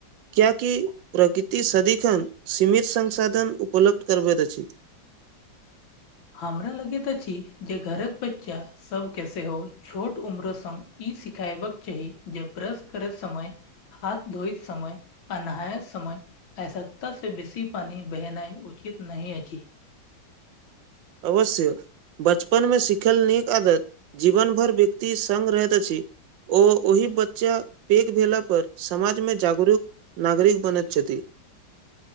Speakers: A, on the right; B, on the left.
A: कियाकि प्रकृति सदिखन सीमित संसाधन उपलब्ध करबति अछि
B: हमरा लगति अछि छी जे घरक बच्चा सबके सेहो छोट उम्र संग ई सिखयबाक चाही जे ब्रश करति समय हाथ धोइत समय आ नहायत समय आवश्यकता से बेसी पानि बहेनाइ उचित नहि अछि
A: अवश्य बचपन मे सिखल नीक आदत जीवन भर व्यक्ति सङ्ग रहति अछि ओ ओहि बच्चा पघि भेला पर समाज मे जागरूक नागरिक बनेति छथि